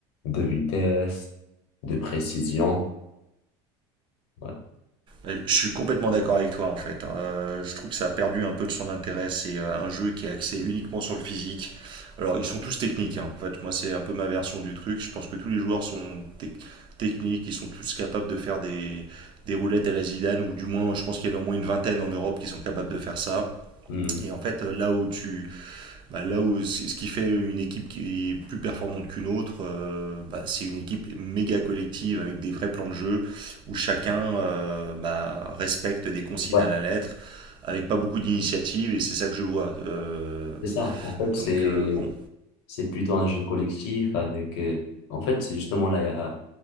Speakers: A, on the left (about 85°); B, on the right (about 35°).
A: de vitesse, de précision. Ouais.
B: Euh, Je suis complètement d'accord avec toi en fait. hein. Euh, je trouve que ça a perdu un peu de son intérêt. C'est euh, un jeu qui est axé uniquement sur le physique. Alors ils sont tous techniques. hein. En fait, moi c'est un peu ma version du truc. Je pense que tous les joueurs sont tec- techniques. Ils sont tous capables de faire des, des roulettes à la Zidane ou du moins je pense qu'il y en a au moins une vingtaine en Europe qui sont capables de faire ça.
A: Hmm.
B: Et en fait euh, là où tu bah, là où ce qui fait une équipe qui est plus performante qu'une autre, euh, bah, c'est une équipe méga collective avec des vrais plans de jeu où chacun euh, bah, respecte des consignes
A: Ouais,
B: à la lettre avec pas beaucoup d'initiative et c'est ça que je vois. Euh,
A: c'est ça. En fait, c'est
B: donc euh, bon,
A: c'est plutôt un jeu collectif avec. euh, en fait, c'est justement là, il y a,